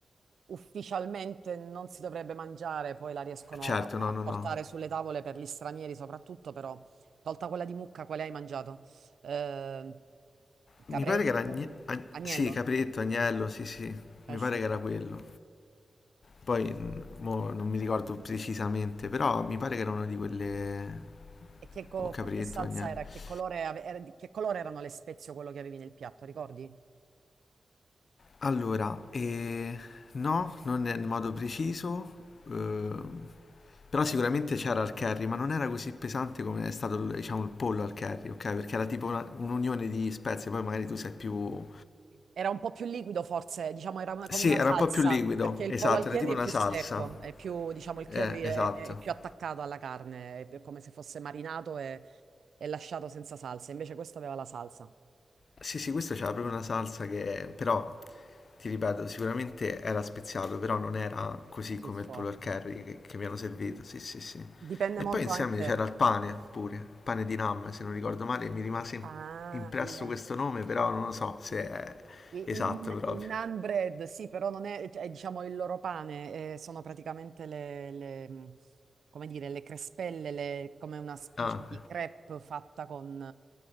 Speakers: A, on the right; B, on the left.
A: ufficialmente non si dovrebbe mangiare, poi la riescono
B: certo,
A: a
B: no, no,
A: portare
B: no.
A: sulle tavole per gli stranieri soprattutto, però tolta quella di mucca, quale hai mangiato? Eh, capretto?
B: Mi pare che era agne- ag-
A: Agnello?
B: sì, capretto, agnello, sì, sì, mi
A: Eh sì.
B: pare che era quello. Poi mh, mo non mi ricordo precisamente, però mi pare che era una di quelle
A: E che co-
B: o capretto,
A: con che salsa
B: agnello.
A: era? Che colore, ave- era- di- che colore erano le spezie o quello che avevi nel piatto, ricordi?
B: Allora, eh, no, non nel modo preciso, ehm, però sicuramente c'era al curry, ma non era così pesante come è stato, il- diciamo, il pollo al curry, ok? Perché era tipo una- un'unione di spezie, poi magari tu sei più...
A: Era un po' più liquido forse, diciamo era una- come
B: Sì,
A: una
B: era
A: salsa,
B: un po' più liquido,
A: perché il
B: esatto,
A: pollo al curry
B: era tipo
A: è
B: una
A: più
B: salsa,
A: secco, è più, diciamo, il curry
B: eh,
A: è,
B: esatto.
A: è- è più attaccato alla carne, è è come se fosse marinato e, e lasciato senza salsa, invece questo aveva la salsa,
B: Sì, sì, questo c'era proprio una salsa che, però, ti ripeto, sicuramente era speziato, però non era così
A: così
B: come
A: forte.
B: il pollo al curry che, che mi hanno servito, sì, sì, sì.
A: Dipende
B: E
A: molto
B: poi insieme
A: anche...
B: c'era il pane pure, pane di Nam, se non ricordo male, mi rimase im-
A: Ah,
B: impresso
A: il-
B: questo nome, però non lo so se è
A: Il,
B: esatto
A: il-
B: proprio.
A: il naan bread, sì, però non è, cioè, è, diciamo il loro pane, eh, sono praticamente le, le, mh, come dire, le crespelle, le- come una specie
B: Ah,
A: di crepe fatta con,